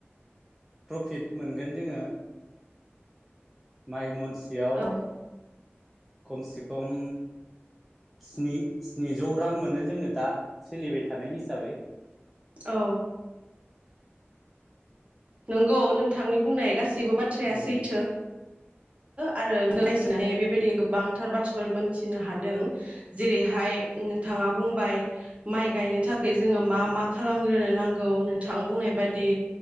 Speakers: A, in the centre; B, on the right (about 30°).
A: प्रफिट मोनगोन जोङो माइ मन सेयाव
B: औ
A: खमसे खम स्नि स्निजौ रां मोनो जोङो दा सोलिबाय थानाय हिसाबै
B: औ नंगौ नोंथांनि बुंनाय गासि गासिबो बाथ्राया
A: उम
B: सैथो आरो रायज्लनानै बेबायदि गोबांथार बाथ्राफोर मोनथिनो हादों जेरैहाय नोंथाङा बुंबाय माइ गायनो थाखाय जोङो मा मा खालामग्रोनो नांगौ नोंथां बुंनाय बायदि